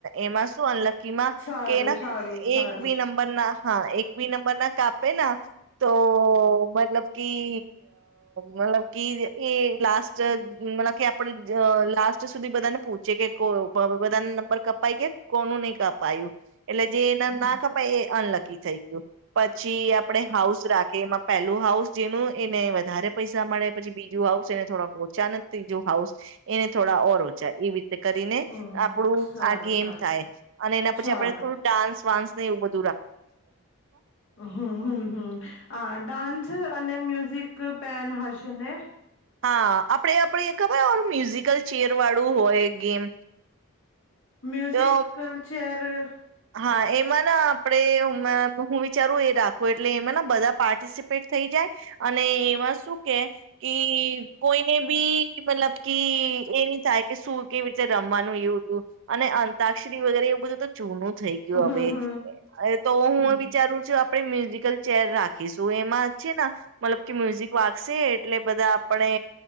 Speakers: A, on the right; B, on the left.
A: એમાં શું અનલકી માં
B: સારું
A: કે
B: સારું સારું
A: એક બી નંબર ના હા એક બી નંબર ના કાપ ના તો મતલબ કી મતલબ કી એ ગ્લાસ જ માલા ક્યાં આપ લાસ્ટ સુધી બધાને પૂછે કે કો હ બધાને નંબર કપાય કે કોનું નહી કપાયું. એટલે જે એના
B: હમ
A: ના કપાય એ અનલક કી થઈ ગ્યું. પછી આપણેે હાઉસ રાખી એમાં પેલ હાઉસ જેનું એને વધારે પૈસા મળે પછી બીજું હાઉસ એને થોડા ઓછા અને ત્રીજું હાઉસ એને થોડા ઓર ઓચા એવી રીતે. કરીને
B: હમ
A: આપણું
B: સારું
A: આ ગેમ
B: સારું
A: થાય અને એના પછી
B: સારું
A: આપણે થોડું ડાન્સ વાન્સ. ને એવું બ
B: હમ, હમ, હમ આ ડાન્સ અને મ્યુઝિક પેન હશે ને?
A: હા આપડે આપડે ખબર મ્યુઝિકલ ચેર વાળું હોય? ગેમ.
B: મ્યુઝિકલ
A: તો
B: ચેર. હમ્મ.
A: હા એમાં ના આપડે હુ હું વિચારું એ રાખ કો એટલે એમે ન બધા પાર્ટિસપ પેટ થઈ જાય અને એવા શું કે કી કોઈને ભી પેલા. કી એ ન ચાય કે સુ કેવી. રમવાનું યુ અને અતા શ્રી વગે એ ઉ બધું તો જુનું થઈ ગયું
B: હમ
A: હવે એ તો હું
B: હમ
A: વિચારું છું આપણે મ્યુઝિકલ ચેર રાખીશું એમાં છેન મતલબ કે મ્યુઝિક વાગશે એટલે બધા આપણે